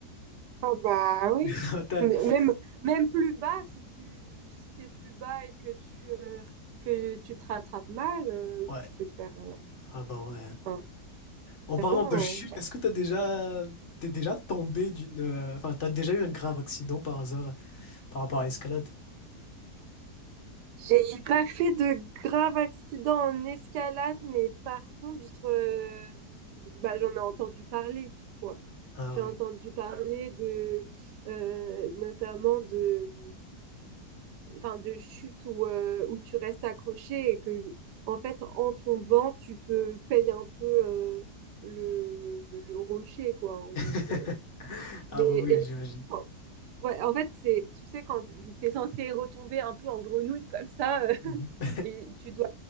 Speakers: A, on the right; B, on the left.
A: Ah bah oui.
B: Fatal.
A: M- Même, même plus bas, si tu si t'es plus bas et que tu euh, que tu te rattrapes mal, euh,
B: Ouais.
A: tu peux te faire euh,
B: Ah bah ouais.
A: un-
B: En
A: vraiment.
B: parlant de chute,
A: euh.
B: est-ce que t'as déjà t'es déjà tombé d'une euh, enfin t'as déjà eu un grave accident par hasard par rapport à l'escalade?
A: J'ai pas fait de grave accident en escalade, mais par contre, euh, bah, j'en ai entendu parler, quoi.
B: Ah
A: J'ai
B: oui.
A: entendu parler de euh, notamment de enfin, de chute où, euh, où tu restes accroché et que, en fait, en tombant, tu te payes un peu euh, le, le rocher, quoi, en
B: <laughs>
A: gros. euh.
B: Ah
A: Mais
B: bah oui,
A: et-
B: j'imagine.
A: enfin, ouais, en fait, c'est, tu sais, quand tu es censé retomber un peu en grenouille comme ça, euh, <laughs>
B: Mhm. <laughs>
A: et tu dois,